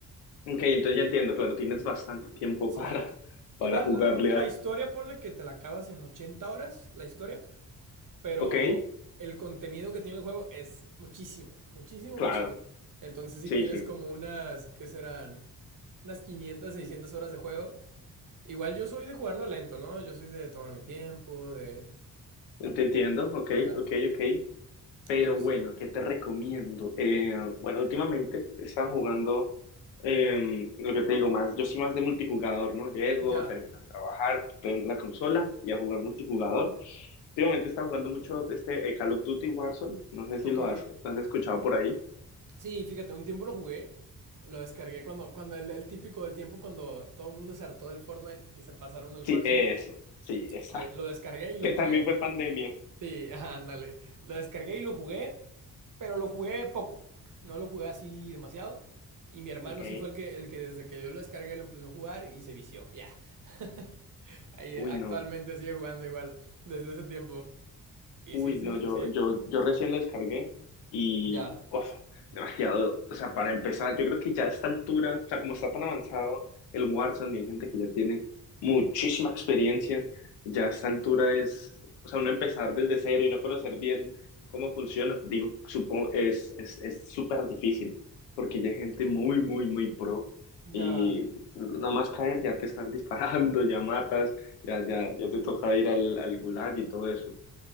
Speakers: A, on the left; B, on the right.
A: Ok, entonces ya entiendo. Claro, tienes bastante tiempo
B: Sí.
A: <laughs> para, para
B: Igual
A: jugarle
B: la, la
A: a...
B: historia, ponle que te la acabas en 80 horas, la historia, pero
A: Ok.
B: el contenido que tiene el juego es muchísimo, muchísimo,
A: Claro.
B: muchísimo. Entonces, si
A: Sí,
B: tienes
A: sí.
B: como unas, ¿qué serán? Unas 500, 600 horas de juego. Igual yo soy de jugarlo lento, ¿no? Yo soy de tomar mi tiempo, de...
A: Te entiendo. Ok,
B: Ya.
A: ok, ok. Pero
B: Pero
A: bueno,
B: sí,
A: ¿qué te recomiendo? Eh, bueno, últimamente estaba jugando, eh, lo que te digo, más, yo soy más de multijugador, ¿no? Llego,
B: ya.
A: termino de trabajar, prendo la consola y a jugar multijugador. Últimamente estaba jugando mucho este eh, Call of Duty Warzone, no sé si
B: Ok.
A: lo has, lo has escuchado por ahí.
B: Sí, fíjate, un tiempo lo jugué. Lo descargué cuando, cuando el, el típico del tiempo cuando todo el mundo se hartó del Fortnite y se pasaron al
A: Sí,
B: Warzone.
A: eso, sí, esa.
B: Ahí, lo descargué y lo
A: Que
B: jugué.
A: también fue pandemia.
B: Sí, <laughs> ajá, ándale. Lo descargué y lo jugué, pero lo jugué poco. No lo jugué así demasiado. Y mi hermano
A: Ok,
B: sí fue el que, el que desde que yo lo descargué lo empezó a jugar y se vició, ya. <laughs> Ahí
A: uy,
B: actualmente
A: no.
B: sigue jugando igual, desde ese tiempo. Y
A: Uy,
B: sí, sí,
A: no, yo,
B: sí.
A: yo, yo recién lo descargué y,
B: Ya,
A: uf, demasiado. O sea, para empezar, yo creo que ya a esta altura, o sea, como está tan avanzado el Warzone y hay gente que ya tiene muchísima experiencia, ya a esta altura es, o sea, uno empezar desde cero y no conocer bien cómo funciona, digo, supongo, es, es, es súper difícil, porque ya hay gente muy, muy, muy pro
B: ya,
A: y nada más caer ya te están <laughs> disparando, ya matas, ya, ya, ya te toca ir al, al gulag y todo eso.